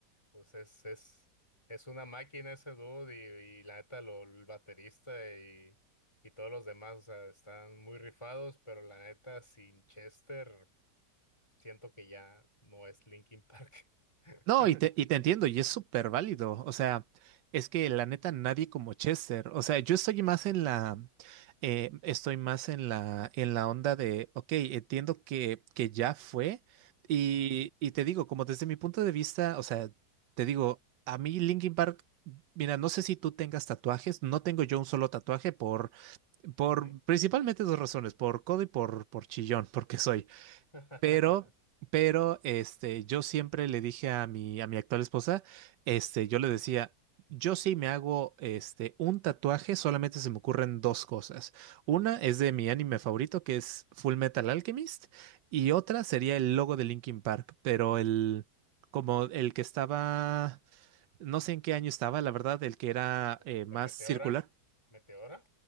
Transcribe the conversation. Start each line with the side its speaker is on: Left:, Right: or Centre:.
Left: pues es, es, es una máquina ese dude y, y la neta, lo, el baterista y, y todos los demás, o sea, están muy rifados, pero la neta, sin Chester, siento que ya no es Linkin Park. <laughs>
Right: No, y te, y te entiendo, y es súper válido. O sea, es que la neta nadie como Chester. O sea, yo estoy más en la, eh, estoy más en la, en la onda de, ok, entiendo que, que ya fue. Y,
Left: Ujú,
Right: y te digo, como desde mi punto de vista, o sea, te digo, a mí Linkin Park, mira, no sé si tú tengas tatuajes, no tengo yo un solo tatuaje por, por
Left: ujú.
Right: principalmente dos razones, por codo y por, por chillón, <laughs> porque soy.
Left: <laughs>
Right: Pero, pero, este, yo siempre le dije a mi, a mi actual esposa, este, yo le decía, yo sí me hago, este, un tatuaje, solamente se me ocurren dos cosas. Una es de mi anime favorito, que es Full Metal Alchemist, y otra sería el logo de Linkin Park, pero el, como el que estaba, no sé en qué año estaba, la verdad, el que era eh,
Left: De
Right: más
Left: Meteora.
Right: circular.
Left: Meteora.